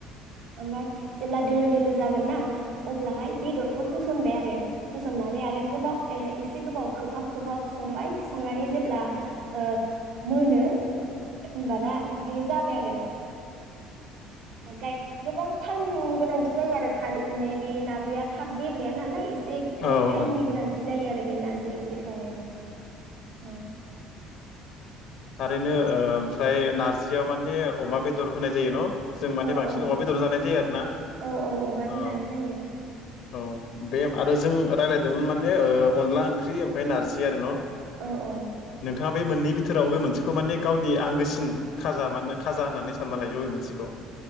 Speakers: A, on the right (about 85°); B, on the left (about 75°).
A: ओमफाय जेब्ला दोलो-दोलो जागोन ना अब्लाहाय बेदरखौ होस न खुनबाय आरो। होसननानै आरो गोबाव ए एसे गोबाव खोबहाब-खोबहाब संबाय संनानै जेब्ला ओ मोनो ओमबाना बि जाबाय आ रो ओमफ्राय गोबां टाइमनि गोनांथि जायो आरो। खारै माने बे नारजिया थाब गबलेया नालाय एसे बे
B: ओ
A: माने टाइमनि गोनां थि जायो आरो बे नारजि ओंख्रि संनायाव ओ
B: ओरैनो ओमफ्राय नारजियाव माने अमा बेदर होनाय जायो न जों माने
A: औ
B: बांसिन
A: औ
B: अमा बेदर जानाय जायो आरोना
A: औ औ अमाजों
B: ओ
A: जानाय जायो
B: औ बे आरो जों रायलाय मोन माने अनला ओंख्रि ओमफ्राय नारजि आरो न'
A: औ औ
B: <inaudible> नोंथाङा बे मोननै बिथोराव बे मोन मोनसेखौ माने गावनि आंगोसिन खाजा मान खाजा होननानै सानना लायो बबे मोनसेखौ?